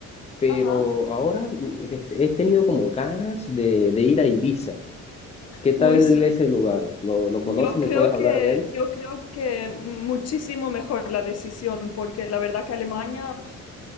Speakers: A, on the left; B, on the left.
A: pero
B: Ajá.
A: ahora mm, he he tenido como ganas de, de ir a Ibiza. ¿Qué tal
B: Uy, sí.
A: ese lugar? ¿Lo, lo conoces?
B: Yo
A: ¿Me
B: creo
A: puedes
B: que,
A: hablar de él?
B: yo creo que muchísimo mejor la decisión, porque la verdad que Alemania, pf,